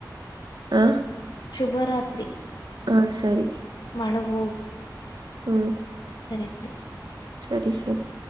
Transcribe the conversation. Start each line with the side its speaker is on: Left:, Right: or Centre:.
Right: ಹಾ
Left: ಶುಭರಾತ್ರಿ.
Right: ಹಾ ಸರಿ.
Left: ಮಾಡಮ್ಮು
Right: ಹ್ಮ್
Left: ಸರಿ ಸರಿ
Right: ಸರಿ ಸರಿ